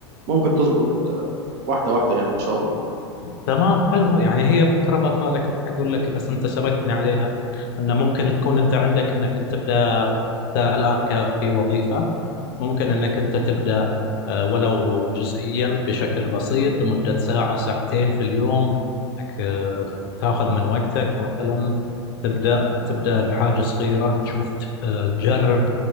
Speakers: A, on the right; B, on the left.
A: ممكن تظبط واحدة واحدة يعني إن شاء الله
B: تمام حلوة يعني هي فكرة برضه أنا كنت أقول لك بس أنت شبكتني عليها أن ممكن تكون أنت عندك أنك تبدأ أنت الآن ك- في وظيفة ممكن أنك أنت تبدأ آه، ولو جزئيا بشكل بسيط لمدة ساعة ساعتين في اليوم أنك آه، تاخذ من وقتك مثلا تبدأ تبدأ بحاجة صغيرة تشوف تف- آه، تجرب